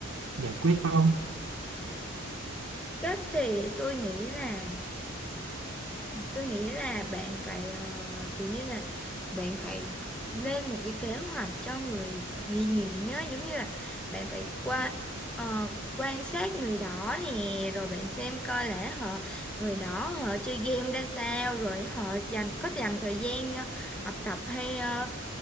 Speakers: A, on the right; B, in the centre.
A: giải quyết không?
B: Cách thì tôi nghĩ là tôi nghĩ là bạn phải ờ, kiểu như là bạn phải lên một cái kế hoạch cho người nghi nghiện á giống như là bạn phải qua ờ, quan sát người đó nè rồi bạn xem coi lẽ họ người đó họ chơi game ra sao rồi họ dành có dành thời gian ờ, học tập hay ờ,